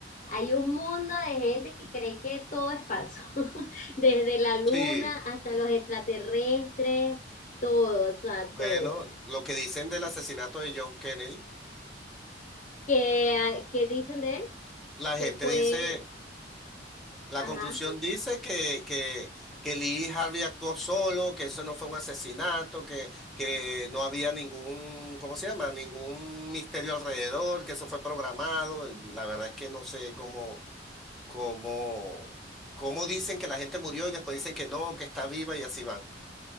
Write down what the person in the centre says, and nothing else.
Sí.
Bueno,
lo que dicen del asesinato de John Kennedy,
la
gente
dice, la
conclusión dice que, que, que Lee Harvey actuó solo, que eso no fue un asesinato, que, que no había ningún, ¿cómo se llama? Ningún misterio alrededor, que eso fue programado. La verdad es que no sé cómo. como cómo dicen que la gente murió y después dicen que no, que está viva y así van.